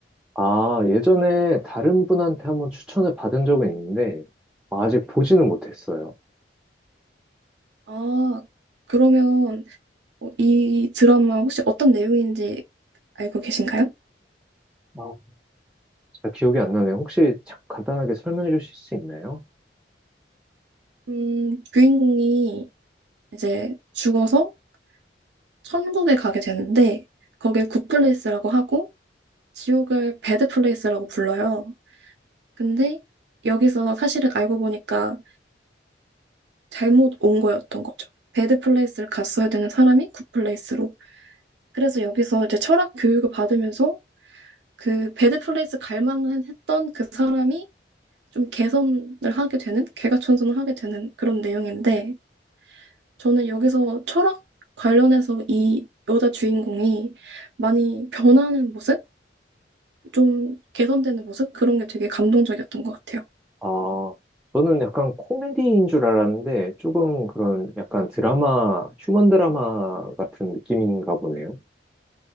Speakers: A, in the centre; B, on the right.
A: 아, 예전에 다른 분한테 한번 추천을 받은 적은 있는데 아직 보지는 못했어요.
B: 아, 그러면 어, 이 드라마 혹시 어떤 내용인지 알고 계신가요?
A: 아, 제가 기억이 안 나네요. 혹시 자- 간단하게 설명해 주실 수 있나요?
B: 음, 주인공이 이제 죽어서 천국에 가게 되는데, 거길 굿플레이스라고 하고, 지옥을 배드플레이스라고 불러요. 근데 여기서 사실은 알고 보니까 잘못 온 거였던 거죠. 배드플레이스를 갔어야 되는 사람이 굿플레이스로. 그래서 여기서 이제 철학 교육을 받으면서 그 배드플레이스 갈 만했던 그 사람이 좀 개선을 하게 되는, 개과천선을 하게 되는 그런 내용인데, 저는 여기서 철학 관련해서 이 여자 주인공이 많이 변하는 모습? 좀 개선되는 모습? 그런 게 되게 감동적이었던 것 같아요.
A: 아, 저는 약간 코미디인 줄 알았는데 조금 그런 약간 드라마, 휴먼 드라마 같은 느낌인가 보네요.